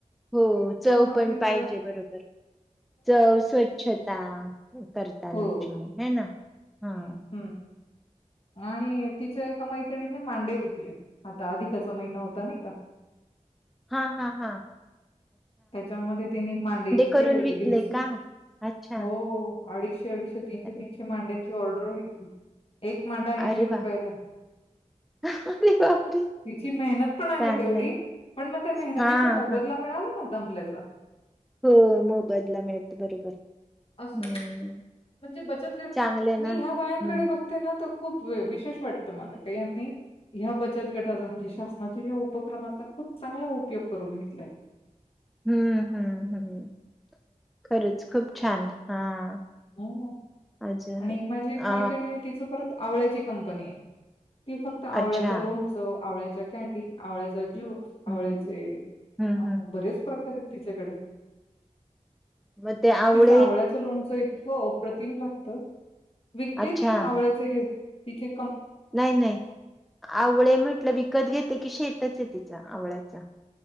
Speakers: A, in the centre; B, on the left (about 45°).
A: हो, चव
B: नसली
A: पण पाहिजे
B: तर
A: बरोबर चव, स्वच्छता. करतानाचे
B: हो
A: हे ना. हा.
B: हम्म आणि तिच्या एका मैत्रिणी ने मांडे विकले, आता अधिकाचा महिना होता नाही का?
A: हा हा हा.
B: त्याच्यामध्ये तिने मांडे इतके
A: करून विकले
B: दिवस,
A: का? अच्छा.
B: हो. अडीशे अडीशे तीनशे
A: अरे,
B: तीनशे माड्यांचे ती ऑर्डर घ्यायची. एक मांडा ऐंशी
A: अरे
B: रुपयालाय.
A: वाह! अरे बापरे!
B: तिची मेहनत पण आहे
A: चांगलंय.
B: तेवढी, पण मग त्या मेहनतीचा
A: हां,
B: मोबदला
A: हां.
B: मिळाला ना. जमल्याचा
A: हो मोबदला मिळतो बरोबर
B: अस
A: हं.
B: म्हणजे बचतट
A: चांगलं आहे
B: मी
A: ना.
B: ह्या बायांकडे
A: हं.
B: बघते ना तो खूप वि विशेष वाटतं मला का यांनी ह्या बचत गटाचा म्हणजे शासनाच्या ह्या उपक्रमाचा खूप चांगला उपयोग करून घेतलाय
A: हम्म हम्म हम्म खरंच खूप छान हां.
B: ह ह
A: अजून
B: आणि माझी एक
A: अ,
B: मैत्रिण आहे तिच परत आवळ्याची कंपनी आहे ती फक्त आवळ्याचं
A: अच्छा.
B: लोनचं आवळ्याच्या कँडी आवळ्याचा ज्युस ज्यूस
A: हं,
B: आवळ्याचे
A: हं,
B: अ
A: हं.
B: बरेच प्रकारे त तिच्याकडे
A: म ते आवड
B: सावळ्याचं लोणचं इतकं अप्रतिम लागत विकते
A: अच्छा.
B: ती हे आवळ्याच हे तिथे
A: नाही, नाही आवळे म्हटलं कि विकत घेते की शेतच य तिच आवळ्याच्या